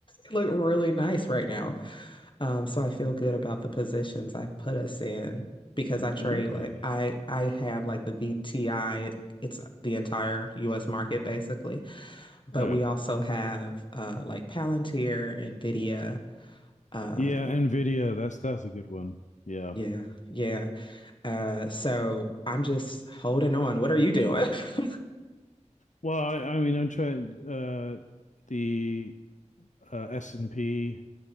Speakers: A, on the left (about 40°); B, on the left (about 80°).
A: They look really nice right now. Um, so I feel good about the positions I put us in because I trade
B: Okay.
A: like I I have like the VTI, it, it's the entire US market basically, but
B: Um
A: we also have uh like Palantir, Nvidia, um,
B: yeah, Nvidia, that's that's a good one. Yeah.
A: yeah. Yeah, Uh, so I'm just holding on. What are you doing? <laughs>
B: Well, I, I mean, I'm trying uh the uh S&P